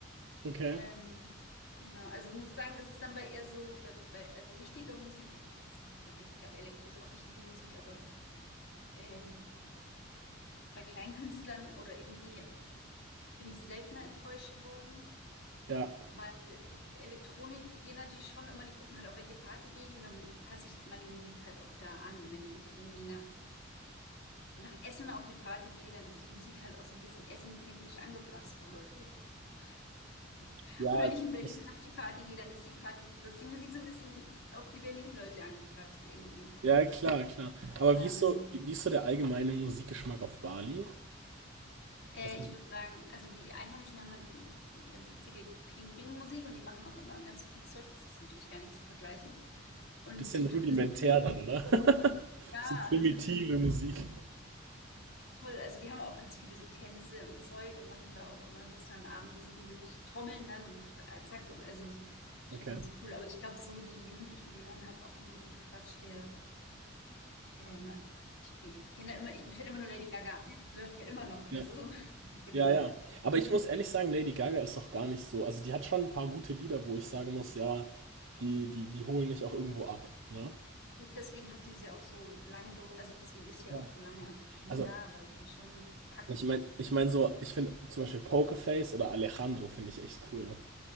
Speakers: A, on the right (about 70°); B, on the left (about 55°).
A: okay.
B: Ähm, genau, also muss sagen, das ist dann bei eher so, bei, bei also richtiger Musik, das heißt nicht mehr richtig, aber Elektro ist auch richtige Musik, aber äh, die bei Kleinkünstlern oder irgendwie bin ich seltener enttäuscht worden,
A: Ja.
B: weil Elektronik, die gehen natürlich schon immer, die gucken halt, auf welche Party gehe ich und dann passe ich meine Musik halt auch da an. Wenn ich jetzt irgendwie nach, nach Essen auf eine Party gehe, dann ist die Musik halt auch so ein bisschen essentechnisch angepasst oder so. <laughs> Und
A: Ja,
B: wenn ich in Berlin
A: das,
B: auf die Party gehe, dann ist die Party, dann ist die Musik so ein bisschen auf die Berlin-Leute angepasst irgendwie.
A: ja, klar, klar. Aber
B: Ähm,
A: wie ist so, wie wie ist so der allgemeine Musikgeschmack auf Bali?
B: Äh,
A: Was
B: ich würde sagen, also die Einheimischen haben halt ganz witzige Kling-Bing-Musik und die machen auch immer ganz viel Zeug. Das ist natürlich gar nicht zu vergleichen. Und
A: bisschen
B: die Touristen,
A: rudimentär dann, oder? <laughs>
B: ja,
A: Bisschen primitive
B: und
A: Musik.
B: voll, also die haben auch ganz viele so Tänze und Zeug und machen da auch immer, sitzen dann abends und die Jungs trommeln dann und tra- zack und also so- schon
A: Okay.
B: ganz cool. Aber ich glaube, so die Jugendlichen, die hören halt auch den ganzen Quatsch, der, ähm, ich, ich kenne da immer, ich, mir fällt immer nur Lady Gaga ein, die läuft ja immer noch,
A: Ja.
B: also so, <laughs> genau.
A: Ja, ja. Aber ich muss ehrlich sagen, Lady Gaga ist doch gar nicht so. Also die hat schon ein paar gute Lieder, wo ich sagen muss, ja, die, die, die holen mich auch irgendwo ab, ne?
B: Deswegen hat die sie auch so lange durch, also deswegen ist sie
A: Ja.
B: ja auch so lange einfach ne,
A: Also,
B: da, weil sie schon packt.
A: ich meine, ich meine so, ich finde zum Beispiel Pokerface oder Alejandro finde ich echt cool.